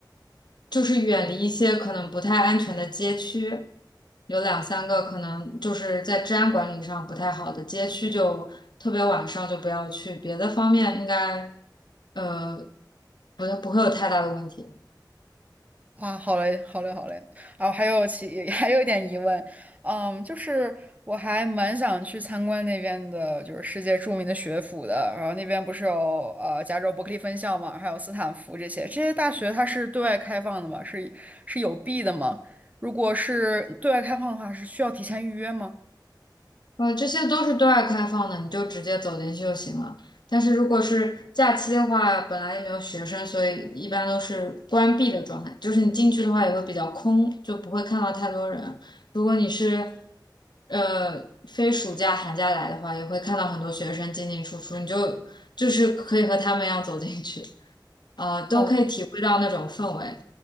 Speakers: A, on the left (about 65°); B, on the right (about 20°).
A: 就是远离一些可能不太安全的街区，有两三个可能就是在治安管理上不太好的街区就特别晚上就不要去。别的方面应该，呃，不不会有太大的问题。
B: 哇，好嘞，好嘞，好嘞。啊，还有其 <laughs> 还有一点疑问，嗯，就是我还蛮想去参观那边的，就是世界著名的学府的。然后那边不是有呃加州伯克利分校嘛，还有斯坦福这些，这些大学它是对外开放的吗？是是有币的吗？如果是对外开放的话，是需要提前预约吗？
A: 呃，这些都是对外开放的，你就直接走进去就行了。但是如果是假期的话，本来也没有学生，所以一般都是关闭的状态。就是你进去的话也会比较空，就不会看到太多人。如果你是呃非暑假寒假来的话，也会看到很多学生进进出出，你就就是可以和他们一样走进去，呃，都可以体会到那种氛围。
B: 哦。